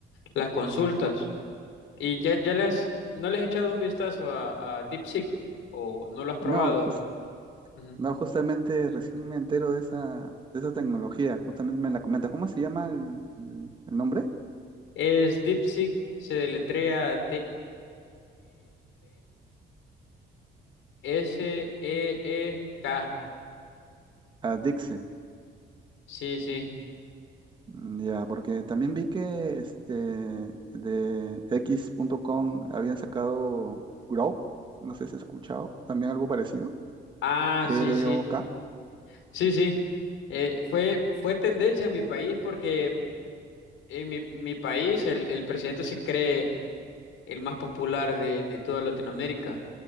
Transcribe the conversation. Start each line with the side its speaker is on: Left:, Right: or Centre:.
Left: las consultas. Y ya, ya les, no les he echado un vistazo a, a DeepSeek o no lo has probado.
Right: No, jus-
Left: Ujú.
Right: No, justamente recién me entero de esa, de esa tecnología, justamente me la comenta. ¿Cómo se llama el el- el nombre?
Left: Es DeepSeek, se deletrea D-E-E-P-S-E-E-K.
Right: A Dixie.
Left: Sí, sí.
Right: Mm, Ya, porque también vi que este de X.com habían sacado Grok, no sé si has escuchado, también algo parecido,
Left: Ah,
Right: G-R-O-K.
Left: sí, sí, sí, sí. Eh, fue, fue tendencia en mi país porque en mi, mi país el, el presidente se cree el más popular de, de toda Latinoamérica.